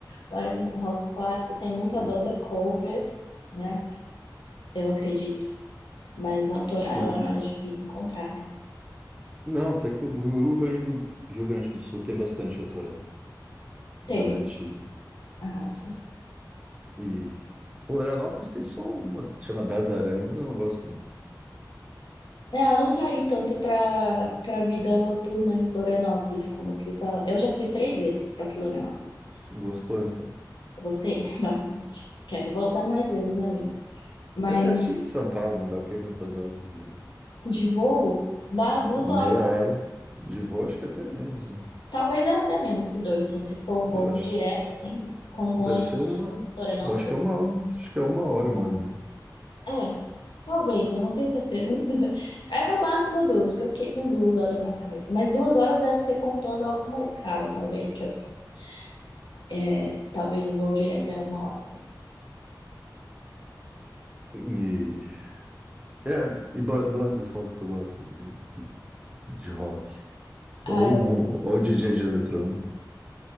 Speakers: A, on the left; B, on the right.
A: mas o rock clássico tem muita
B: O,
A: banda cover, né? Eu acredito, mas autoral
B: Sim.
A: é mais difícil encontrar, né?
B: Não, até que o Rio Grande do, Rio Grande do Sul tem bastante autorão das
A: Tem,
B: antigas.
A: ah, sim.
B: E Florianópolis tem só uma, que se chama Das Aranhas, mas eu não gosto muito.
A: É, eu não saí tanto para para vida noturna em Florianópolis quando eu fui para lá. Eu já fui três vezes para Florianópolis.
B: Gostou, então.
A: Eu gostei <laughs> bastante. Quero voltar mais vezes ainda. Mas
B: É pertinho de São Paulo, né? Dá o quê? Quantas horas de...
A: de voo, lá duas horas.
B: Meia hora de voo, acho que até menos, né?
A: Talvez é até menos que dois, sim. Se for um voo
B: Eu acho...
A: direto, assim, Congonhas,
B: Deve ser uma...
A: Florianópolis.
B: Eu acho que é uma... Acho que é uma hora, uma hora e meia.
A: É, talvez, eu não tenho certeza. <laughs> É no máximo duas, porque eu fiquei com duas horas na cabeça. Mas duas horas deve ser contando alguma escala, talvez, que eu fiz. É, talvez o voo direto é uma hora, mas.
B: E, é, e ba- bandas, qual que tu gosta de, de, de rock? Ou,
A: Ah, eu gosto.
B: mu- ou DJ de eletrônico?